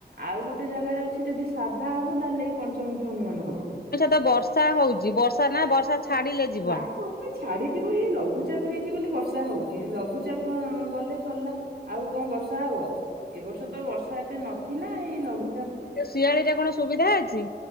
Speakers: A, on the right; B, on the left.
A: ଆଉ ଗୋଟେ ଜାଗାରେ ଅଛି ଯଦି ସାଧା ହବ ତାହେଲେ ଏ ପଞ୍ଚମୁଖୀ ହନୁମାନ ହବ!
B: ଏଇଠି ତ ବର୍ଷା ହଉଛି ବର୍ଷା ନା ବର୍ଷା! ଛାଡିଲେ ଯିବା
A: ନାଁ <inaudible> ଛାଡିଯିବ ଏଇ ଲଘୁଚାପ ହେଇଛି ବୋଲି ବର୍ଷା ହଉଛି, ଲଘୁଚାପ ଗଲେ ସରିଲା! ଆଉ କଣ ବର୍ଷା ହବ, ଏ ବର୍ଷ ତ ବର୍ଷା ଏତେ ନଥିଲା ଏଇ ଲଘୁଚାପ
B: ଶିଆଳି ରେ କଣ ସୁବିଧା ଅଛି?